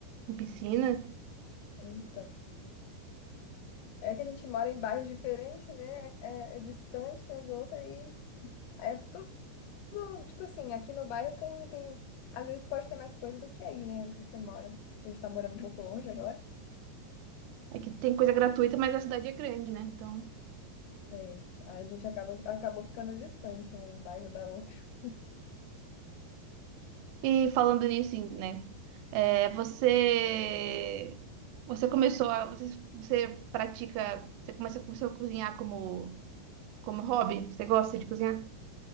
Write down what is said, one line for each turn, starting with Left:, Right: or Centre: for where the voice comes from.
Right: em piscina.
Left: Então, é que a gente mora em bairros diferentes, né? É, é distante um do outro e é tudo, tipo assim, aqui no bairro tem, tem, às vezes pode ter mais coisa do que aí, né? Onde você mora. Que a gente tá morando um pouco longe agora.
Right: Aqui tem coisa gratuita, mas a cidade é grande, né? Então.
Left: É, a gente acabou, acabou ficando distante um bairro da outra.
Right: E falando nisso, em- né? é, você. Você começou a. Você, você pratica. Você começa, começou a cozinhar como, como hobby? Você gosta de cozinhar?